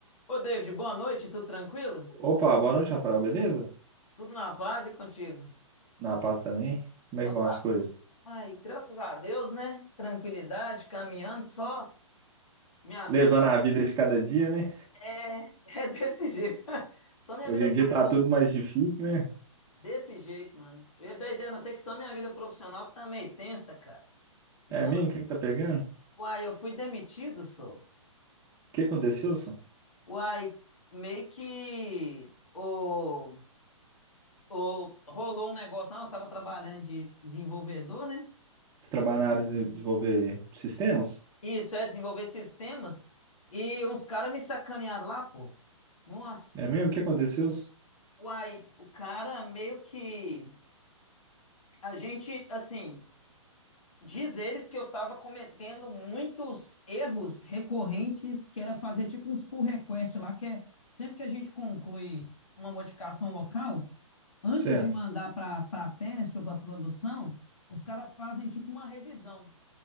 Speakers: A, on the left; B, on the right.
A: Ô, David, boa noite, tudo tranquilo?
B: Opa, boa noite, Rafael, beleza?
A: Tudo na paz e contigo?
B: Na paz também? Como
A: Então
B: é que vão
A: tá,
B: as coisas?
A: ai, graças a Deus, né? Tranquilidade, caminhando, só minha
B: Levando
A: vida
B: a vida de cada dia, né?
A: é, <laughs> é desse jeito. <laughs> Só minha
B: Hoje
A: vida
B: em
A: profissional,
B: dia tá tudo mais difícil, né?
A: desse jeito, mano. Eu ia dar ideia, a não ser que só minha vida profissional que tá meio tensa, cara. Nossa,
B: É mesmo? O que que tá pegando? O
A: uai, eu fui demitido, sou.
B: que aconteceu, Wilson?
A: Uai, meio que o, o, rolou um negócio, lá, eu tava trabalhando de desenvolvedor, né?
B: Você trabalha na área de desenvolver sistemas?
A: Isso, é desenvolver sistemas. E uns caras me sacanearam lá, pô. Nossa.
B: É mesmo? O que aconteceu? Wilson?
A: Uai, o cara meio que. A gente, assim, diz eles que eu tava cometendo muitos erros recorrentes, que era fazer tipo uns pull request lá, que é sempre que a gente conclui uma modificação local, antes
B: Certo.
A: de mandar para para teste ou para produção, os caras fazem tipo uma revisão.